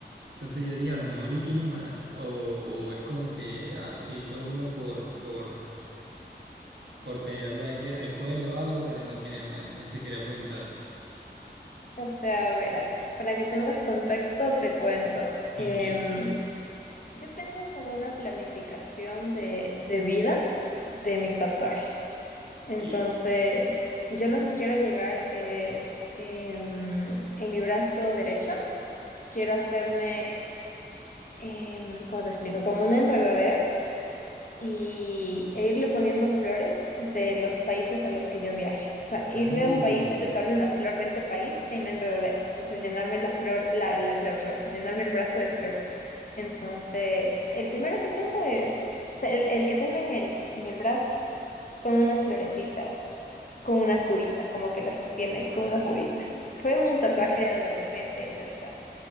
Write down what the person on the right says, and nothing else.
Entonces yo dije, a lo mejor y tiene más. O, o es como que ah, se hizo uno por, por, por tenerlo ahí de recuerdo o algo, pero no tiene más. Entonces quería preguntarte.
Ok.
Y...
Oh,